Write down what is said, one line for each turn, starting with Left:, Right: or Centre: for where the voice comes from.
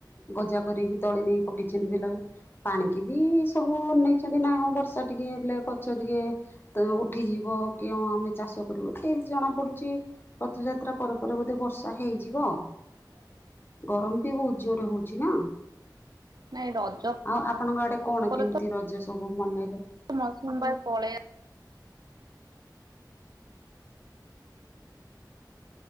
Left: ଗଜା କରିକି ତଳି ନେଇକ ପକେଇଛନ୍ତି ବିଲରେ। ପାଣିକି ବି ସବୁ ଅନେଇଛନ୍ତି ନା ହଁ ବର୍ଷା ଟିକେ ହେଲେ ଗଛ ଟିକେ ତ ଉଠିଯିବ କି ଆମେ ଚାଷ କରିବୁ। ଏ ଜଣା ପଡୁଛି ରଥଯାତ୍ରା ପରେ ପରେ ବୋଧେ ବର୍ଷା ହେଇଯିବ।
Right: <inaudible>
Left: ଗରମ ବି ବହୁତ ଜୋରରେ ହଉଛି ନା?
Right: ନାଇଁ ରଜ
Left: ଆଉ ଆପଣଙ୍କ ଆଡେ କଣ
Right: ପରେ
Left: କେମିତି
Right: ତ
Left: ରଜ ସବୁ ମନେଇଲେ?
Right: ମୌସୁମୀ ବାୟୁ ପଳେଇ ଆ